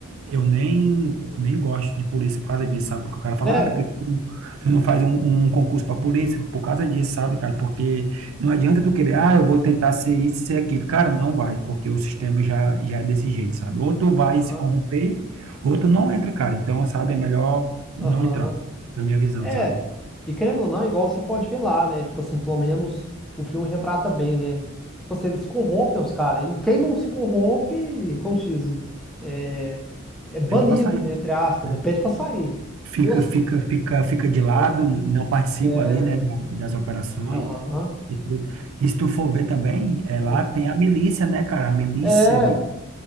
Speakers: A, on the right; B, in the centre.
A: eu nem, nem gosto de polícia por causa disso, sabe? Porque o cara
B: Sério?
A: fala, ah, por que que tu tu não faz um, um concurso para polícia? Por causa disso, sabe, cara? Porque não adianta tu querer, ah, eu vou tentar ser isso, ser aquilo. Cara, não vai, porque o sistema já, já é desse jeito, sabe? Ou tu vai
B: aham,
A: se corromper, ou tu não entra, cara. Então, sabe, é melhor não
B: aham.
A: entrar, na minha visão,
B: É,
A: sabe?
B: e querendo ou não, é igual você pode ver lá, né? Tipo assim, pelo menos o filme retrata bem, né? Tipo assim, eles corrompem os caras. E quem não se corrompe, como se diz, é, é banido,
A: Pede pra sair.
B: né? Entre aspas,
A: né?
B: né? Pede pra sair.
A: fica,
B: Nossa.
A: fica, fica, fica de
B: Aham.
A: lado, não participa
B: É,
A: ali, né, da- das operações
B: aham.
A: e tudo. E se tu for ver também, é,
B: ah,
A: lá tem a milícia, né, cara? A milícia,
B: É,
A: é vi-